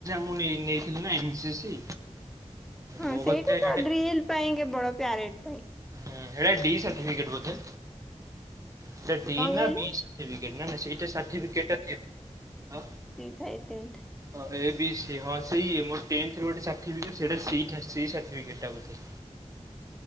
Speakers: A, on the right; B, in the centre.
A: ମୁଁ ଟିମି ନେଇଥିଲି ନା ଏମ ସି ସି।
B: ହଁ
A: ମୋ
B: ସେଇଟା
A: ପାଖେ ଏଇଟା
B: ତ ଡ୍ରିଲ ପାଇଁ କେ ବଡ ପ୍ୟାରେଟ ପାଇଁ।
A: ହୁଁ ହେରା ଡି ସର୍ଟିଫିକେଟ ବୋଧେ। ସେ ଡି
B: କଣ
A: ନା
B: କହିଲେ?
A: ବି ସାଟିଫିକେଟ ନା ନା ସେଇଟା ସାଟିଫିକେଟ ଏ ଦ।
B: ହେଇ ତିନିଟା।
A: ହଁ ଏ ବି ସି ହଁ ସେଇ ମୋ ଟମିସ୍ ରୁ ଗୋଟେ ସାଟିଫିକେଟ ସେଡା ସି ସାଟ ସି ସାଟିଫିକେଟ ବୋଧେ।